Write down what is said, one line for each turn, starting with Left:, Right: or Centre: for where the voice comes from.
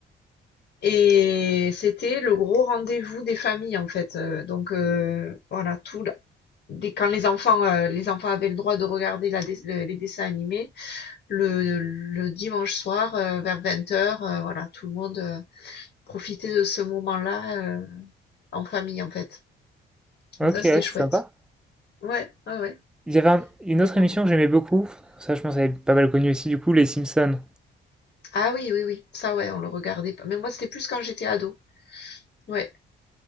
Left: Et c'était le gros rendez-vous des familles, en fait. Euh, donc, euh, voilà, tout, la- dès, quand les enfants, euh, les enfants avaient le droit de regarder la, dess- le- les dessins animés, le, le dimanche soir, euh, vers vingt heures euh, voilà, tout le monde euh, profitait de ce moment-là euh, en famille, en fait.
Centre: Ok,
Left: Donc ça, c'était
Centre: ouais, c'est
Left: chouette.
Centre: sympa.
Left: Ouais, ouais, ouais,
Centre: Il y avait un- une
Left: c'était
Centre: autre
Left: pas
Centre: émission
Left: mal.
Centre: que j'aimais beaucoup, ça je pense elle est pas mal connue aussi du coup, Les Simpsons.
Left: Ah oui, oui, oui, ça, ouais, on le regardait pas. Mais moi, c'était plus quand j'étais ado. Ouais,